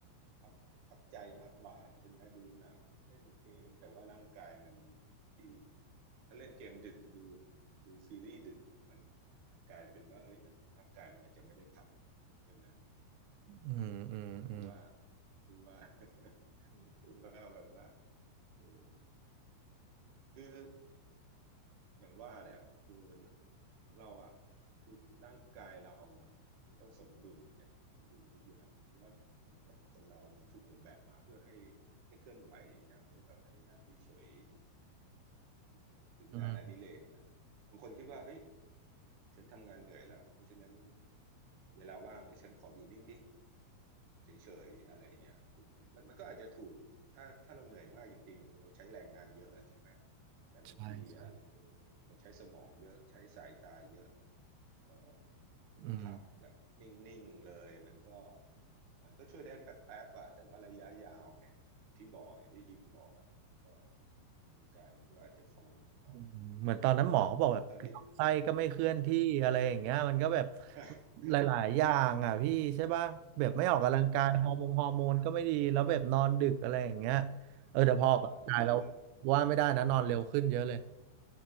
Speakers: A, on the right; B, on the right.
A: พักพักใจมากกว่าใช่ไหมดูหนังเล่นเกมแต่ว่าร่างกายมันดีถ้าเล่นเกมดึกดูดูซีรีส์ดึกมันมันกลายเป็นว่าเอ้ยมันร่างกายมันอาจจะไม่ได้พักใช่ไหม
B: อืมอืมอืม
A: ดูว่าดูว่า <laughs> ดูว่าแบบว่าเออคือ อย่างว่าแหละคือของเราอ่ะคือร่างกายเราอ่ะมันต้องสมดุลเนี่ยสมดุลทุกอย่างเพราะว่าเหมือนกับคนเรามันถูกออกแบบมาเพื่อให้ให้เคลื่อนไหวอย่างเงี้ยไม่ได้แบบให้นั่งเฉยๆถึงงานอดิเรกเนี่ยบางคนคิดว่าเฮ้ย
B: อืม
A: ฉันทำงานเหนื่อยแล้วเพราะฉะนั้นเวลาว่างเนี่ยฉันขออยู่นิ่ง เฉยๆอะไรอย่างเงี้ยมันมันมันก็อาจจะถูกถ้าถ้าเราเหนื่อยมากจริงๆเราใช้แรงงานเยอะอะใช่ไหม แต่บางทีอ่ะเรา
B: ใช่ครับ
A: เราใช้สมองเยอะใช้สายตาเยอะเออเราพักแบบนิ่งๆเลยมันก็
B: อืม
A: มันก็ช่วยได้แป๊บๆอะแต่ว่าระยะยาวเนี่ยอย่างที่บอกอย่างที่ฮิมบอกอะมันก็ร่างกายมันก็อาจจะฟ้องออกมา
B: อืมเหมือนตอนนั้นหมอเขาบอกแบบลำไส้ก็ไม่เคลื่อนที่อะไรอย่างเงี้ยมันก็แบบ
A: ตอนนี้ <laughs>
B: หลายๆอย่างอ่ะพี่ใช่ป่ะแบบไม่ออกกำลังกายฮอร์โมนฮอร์โมนก็ไม่ดีแล้วแบบนอนดึกอะไรอย่างเงี้ย
A: ใช่
B: เออแต่พอออกกำลังกายแล้ว
A: อ่าทุกอย่างมัน
B: ว่าไม่ได้นะนอนเร็วขึ้นเยอะเลย
A: อืม